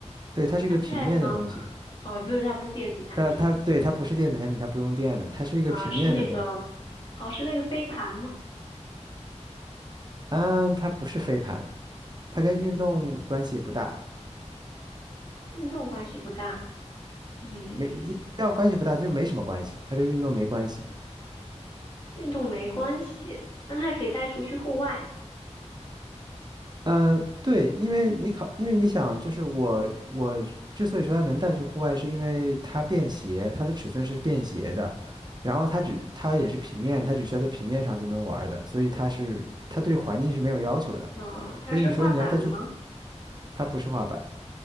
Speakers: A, on the right (about 35°); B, on the left (about 40°).
A: 对，它是一个平面的东西。
B: iPad 吗？哦，不是，它不是电子产品
A: 它它对它不是电子产品，它不用电的，它是一个平面的东西。
B: 啊，是那个，哦，是那个飞盘吗？
A: 嗯，它不是飞盘，它跟运动关系不大，
B: 运动关系不大，嗯，
A: 没，要关系不大，就没什么关系，它跟运动没关系。
B: 运动没关系，但它也可以带出去户外。
A: 呃，对，因为你考，因为你想，就是我我之所以说它能带去户外，是因为它便携，它的尺寸是便携的，然后它只它也是平面，它只需要在平面上就能玩儿的，所以它是它对环境是没有要求的。
B: 嗯，它是画板吗？
A: 所以你说你要带去户，它不是滑板，